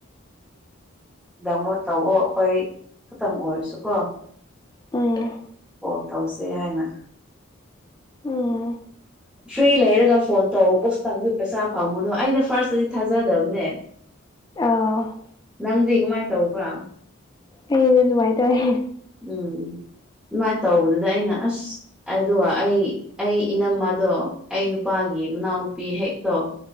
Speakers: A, in the centre; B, on the left.
A: ꯗꯥꯎꯟꯂꯣꯗ ꯇꯧꯋꯣ ꯑꯩꯈꯣꯏ ꯈꯛꯇꯪ ꯑꯣꯏꯔꯁꯨꯀꯣ
B: ꯎꯝ ꯎꯝ
A: ꯀꯣꯜ ꯇꯧꯁꯦ ꯍꯥꯏꯅ
B: ꯎꯝ
A: ꯐ꯭ꯔꯤ ꯂꯩꯔꯒ ꯐꯣꯟ ꯇꯧ ꯄꯣꯛꯁꯇꯪꯁꯨ ꯄꯩꯁꯥ ꯐꯪꯉꯨꯗꯣ ꯑꯩꯅ ꯐꯥꯔꯁꯇꯗꯤ ꯊꯥꯖꯗꯕꯅꯦ
B: ꯑꯥ
A: ꯅꯪꯗꯤ ꯀꯃꯥꯏꯟ ꯇꯧꯕ꯭ꯔꯥ
B: ꯑꯩ ꯗꯤ ꯑꯗꯨꯝꯃꯥꯏ ꯇꯧꯏ
A: ꯎꯝ ꯑꯗꯨꯃꯥꯏꯅ ꯇꯧꯕꯗꯨꯗ ꯑꯩꯅ ꯑꯁ ꯑꯗꯨꯒ ꯑꯩ ꯑꯩ ꯏꯅꯝ ꯃꯗꯣ ꯑꯩ ꯅꯨꯄꯥꯒꯤ ꯃꯅꯥꯎꯅꯨꯄꯤ ꯍꯦꯛꯇꯣ